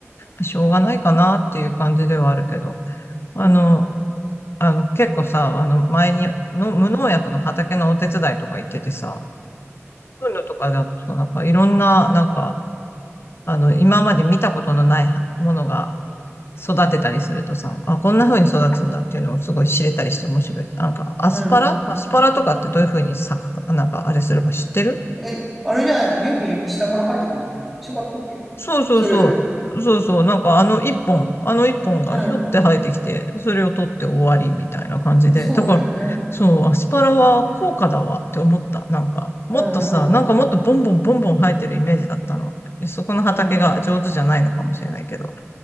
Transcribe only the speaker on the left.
あ、しょうがないかなっていう感じではあるけど、あの、
あの結構さ、あの前にの無農薬の畑のお手伝いとか行っててさ、そういうのとかだとなんかいろんな、なんか、あの、今まで見たことのないものが育てたりするとさ、あ、こんな風に育つんだっていうのをすごい知れたりして面白い。
なんか、アスパラアスパラとかってどういう風に咲くか、
なんかあれするか知ってる
そうそうそう。そうそう。なんかあの一本、あの一本がひょって生えてきて、
それを取って終わりみたいな感じで。
だから、そう、アスパラは高価だわって思った。なんか、もっとさ、
なんかもっとボンボンボンボン生えてるイメージだったの。
そこの畑が上手じゃないのかもしれないけど、